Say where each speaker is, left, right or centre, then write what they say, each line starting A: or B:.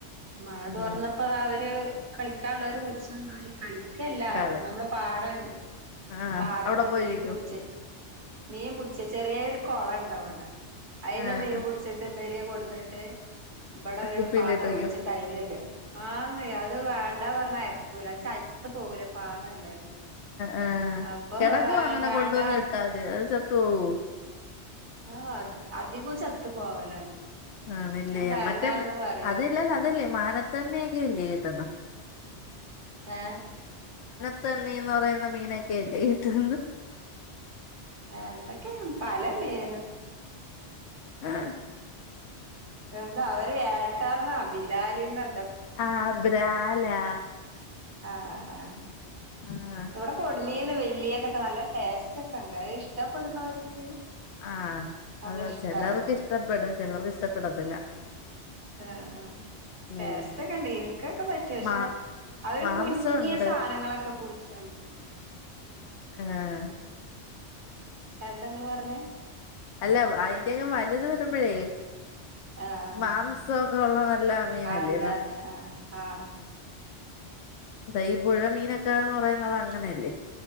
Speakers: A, on the right; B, on the left.
A: മഴ
B: ഉം
A: തോർന്നു അപ്പൊ താ അവര് കളിക്കാനുള്ളവര് വിളിച്ചുണ്ടായി കളി ക്കെല്ല
B: കളി
A: നമ്മുടെ പാടം <unintelligible>
B: ആഹ്
A: പാടത്ത്
B: അവിടെ പോയിരിക്കൂ
A: മീൻ പുടിച്ച് മീൻ പുടിച്ച് ചെറിയൊരു കൊളണ്ട അവിടെ അയില്ല
B: ആഹ്
A: മേൻ
B: ആഹ്
A: പുടിച്ചിട്ട് വരെ കൊട്ന്നിട്ട് ഇവിടെ ഒരു
B: കുപ്പിയിലിട്ട്
A: പാത്രം
B: വെക്കും
A: വെച്ചിട്ട് അയില് ഇടു ആന്ന് അത് വേണ്ടാ പറഞ്ഞ അയക്കൂല അത് ചത്ത് പോകൂല പാവല്ലേ
B: ആ
A: അപ്പൊ
B: കിടക്കോ അങ്ങനെ
A: വേണ്ടാർഞ്ഞ്
B: കൊണ്ടുവന്ന് ഇട്ടാത് അത് ത്ത് പോവും
A: ആ അധികവും ചത്ത പോവലാണ്
B: ആ ഇല്ലയേ
A: ഞാൻ വേണ്ടാന്ന്
B: മറ്റേ
A: പറയും
B: അത് ഇല്ല അതല്ലേ മാനത്തകണ്ണി ഇല്ല തന്ന
A: ഏ
B: ത്തണ്ണിന്ന് പറയുന്ന മീനൊക്കെല്ലേ കിട്ടന്ന്
A: എന്തൊക്കെയാ പലനേര്
B: ആഹ്
A: എന്താ അവരെയാര് <unintelligible> ബിലാല്ന്നാണ്
B: ആഹ് ബ്രാലാ
A: ആ ആ ആ
B: ആഹ്
A: ഇവടെ കൊട്ന്നേന് വല്യേതൊക്കെ നല്ല ടേസ്റ്റൊക്കെണ്ട് അതിഷ്ടപ്പെടുന്നവർക്ക്
B: ആഹ്
A: അതിഷ്ടാവും
B: അതാ ചെലർക്ക് ഇഷ്ടപ്പെടും ചെലർക്ക് ഇഷ്ടപ്പെടത്തില്ല
A: ആ
B: ഉം
A: ടേസ്റ്റൊക്കെണ്ട് എനിക്കൊക്കെ പറ്റും പക്ഷെ
B: മാ
A: അവ്ര്
B: മാംസം
A: കുഞ്ഞ്സാനങ്ങളൊക്കെ
B: ഉണ്ട്
A: പിടിച്ചോണ്ട്വരും
B: ആഹ്
A: എന്തങ്ങള്പറഞ്ഞെ
B: അല്ല അയിന്റെയൊക്കെ വല്ത് വരുമ്പഴേ
A: ആഹ്
B: മാംസൊക്കെ ഉള്ള നല്ല മീനല്ലേന്ന്
A: ആ ഇണ്ടത് ആഹ്-ആ
B: ഇപ്പഈ പുഴമീനൊക്കാന്ന് പറയുന്നത് അങ്ങനെയല്ലേ ലെ